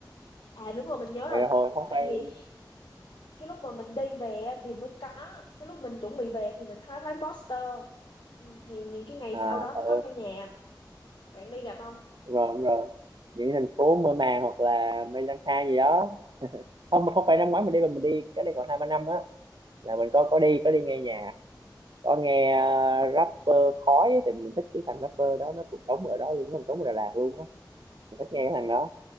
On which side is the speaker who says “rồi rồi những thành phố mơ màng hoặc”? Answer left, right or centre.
Right